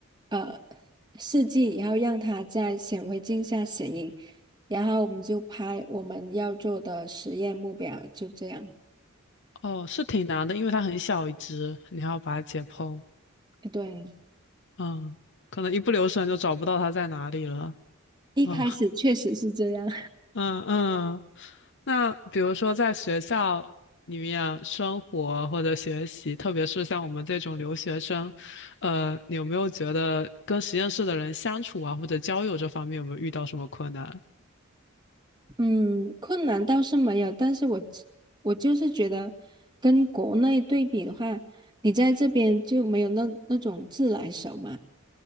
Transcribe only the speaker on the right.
呃试剂，然后让它在显微镜下显影，然后我们就拍我们要做的实验目标，就这样。
哎对，
一开始确实是这样。
嗯，困难倒是没有，但是我只我就是觉得跟国内对比的话，你在这边就没有那那种自来熟嘛。